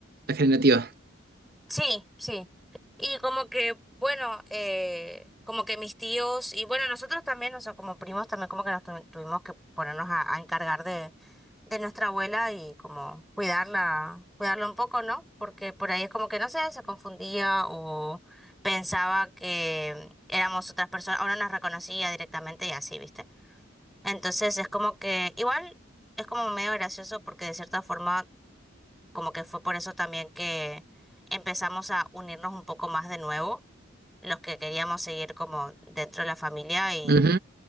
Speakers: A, on the right; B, in the centre.
A: la generativa.
B: Sí, sí. Y como que, bueno, eh, como que mis tíos, y bueno, nosotros también, o sea, como primos también como que nos tu- tuvimos que ponernos a, a encargar de, de nuestra abuela y como cuidarla, cuidarla un poco, ¿no? Porque por ahí es como que, no sé, se confundía o pensaba que éramos otras personas, o no nos reconocía directamente y así, ¿viste? Entonces es como que, igual, es como medio gracioso porque de cierta forma como que fue por eso también que empezamos a unirnos un poco más de nuevo, los que queríamos seguir como dentro de la familia
A: Ujú,